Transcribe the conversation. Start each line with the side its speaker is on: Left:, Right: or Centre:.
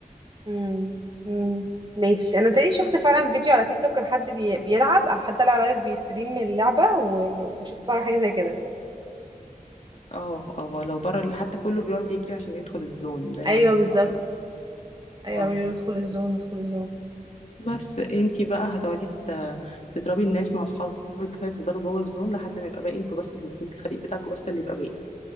Right: امم امم ماشي انا تاني شفت فعلا فيديو على تيك توك كان حد بي... بيلعب او حد طلع لايف بيستريم من اللعبه و... وشفت فعلا حاجه زي كده
Left: اه اه لو بره حتى كله بيقعد يجري عشان يدخل الزون دايما
Right: ايوه بالظبط
Left: بيقعد يقول
Right: ايوه
Left: اه
Right: بيقول له ادخل الزون ادخل الزون
Left: بس انتي بقى هتقعدي ت- تضربي الناس مع اصحابك كده تفضلوا جوه الزون لحد ما يبقى باقي انتوا بس المفروض الفريق بتاعكوا بس اللي يبقى باقي